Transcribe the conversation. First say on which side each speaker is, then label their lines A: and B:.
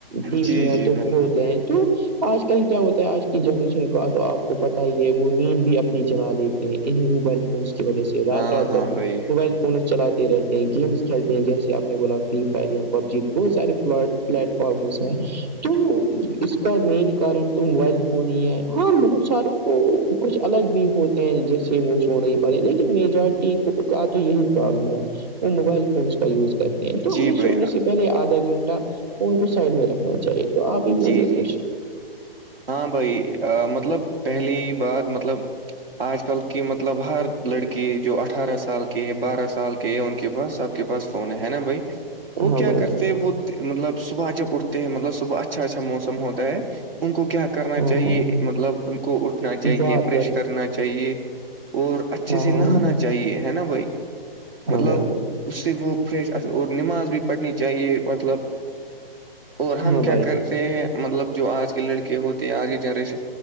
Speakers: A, on the right (about 45°); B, on the right (about 70°).
A: تیس
B: جی
A: منٹ
B: جی
A: تو
B: بھائی
A: ہوتے ہیں تو آج کل کیا ہوتا ہے آج کی جنریشن کا تو آپ کو پتہ ہی ہے وہ نیند بھی اپنی جلا لیتے ہیں انہیں موبائل اس کی وجہ سے رات
B: ہاں
A: رات
B: ہاں
A: بل
B: بھائی
A: موبائل فونز چلاتے رہتے ہیں گیمس کھیل ہیں جیسے آپ نے بولا فری فائر پب جی بہت سارے پ پلیٹ فارم ہو س تو اس کا مین کارن تو موبائل فون ہی ہے ہاں بہت سارو کچھ الگ بھی ہوتے ہیں جیسے وہ سو نہیں پا رہے لیکن میجارٹی کا تو یہی پرابلم ہے وہ موبائل فونس کا یوز کہتے ہیں تو
B: جی
A: ہمیں
B: بھائی
A: سونے سے پہلے آدھا گھنٹہ فون کو سائڈ میں رکھنا چاہیے تو آپ ہی
B: جی
A: بولے
B: جی
A: کچھ
B: ہاں بھائی مطلب پہلی بات مطلب آج کل کی مطلب ہر لڑکی جو اٹھارہ سال کی بارہ سال کی ان کے پاس سب کے پاس فون ہے نا بھائی وہ
A: ہاں
B: کیا
A: بھائی
B: کرتے
A: جان
B: ہیں وہ مطلب صبح جب اٹھتے ہیں مطلب صبح اچ اچھا اچھا موسم ہوتا ہے ان کو کیا کرنا
A: ہاں
B: چاہیے
A: ہاں
B: مطلب ان کو اٹھنا چاہیے
A: واہ
B: برش
A: کر
B: کرنا چاہیے اور اچھے
A: ہاں
B: سے نہانا
A: ہاں
B: چاہیے ہے نا بھائی
A: ہاں
B: مطلب
A: بھائی جان
B: اس سے وہ فریش اور نماز بھی پڑھنی چاہیے مطلب اور ہم
A: ہاں
B: کیا
A: بھائی
B: کرتے
A: جان
B: مطلب جو آج کے لڑکے ہوتی ہیں آج کی جنریشن